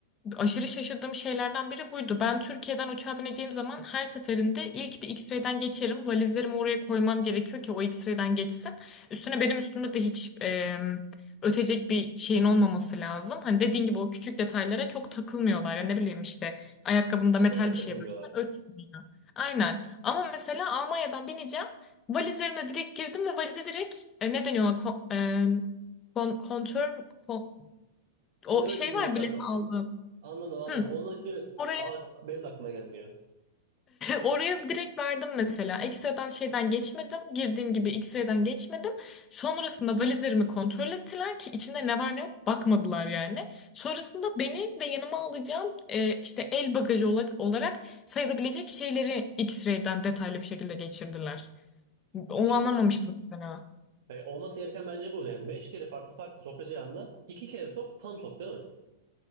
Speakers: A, on the left; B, on the right.
A: Aşırı şaşırdığım şeylerden biri buydu. Ben Türkiye'den uçağa bineceğim zaman her seferinde ilk bir X-ray'den geçerim. Valizlerimi oraya koymam gerekiyor ki o X-ray'den geçsin. Üstüne benim üstümde de hiç e, ötecek bir şeyin olmaması lazım. Hani dediğin gibi o küçük detaylara çok takılmıyorlar. Ya ne bileyim işte ayakkabımda
B: Zaten
A: metal bir
B: takılmıyorlar.
A: şey varsa ötsün ya. Aynen. Ama mesela Almanya'dan bineceğim. Valizlerimle direkt girdim ve valize direkt e, ne deniyor ona? Ko- e, kon- kontör mü? kon-
B: İşte
A: o
B: öyle
A: şey
B: deyince
A: var
B: benim
A: bilet
B: aklım.
A: aldım.
B: Anladım anladım.
A: Hı.
B: Ondan şimdi
A: Oraya
B: a- benim de aklıma gelmiyor.
A: Oraya direkt verdim mesela. X-ray'den şeyden geçmedim. Girdiğim gibi X-ray'den geçmedim. Sonrasında valizlerimi kontrol ettiler ki içinde ne var ne yok bakmadılar yani. Sonrasında beni ve yanıma alacağım e, işte el bagajı ola- olarak sayılabilecek şeyleri X-ray'den detaylı bir şekilde geçirdiler. Onu
B: Yok.
A: anlamamıştım mesela.
B: E, olması gereken bence bu yani. Beş kere farklı farklı sokacağında iki kere sok tam sok değil mi?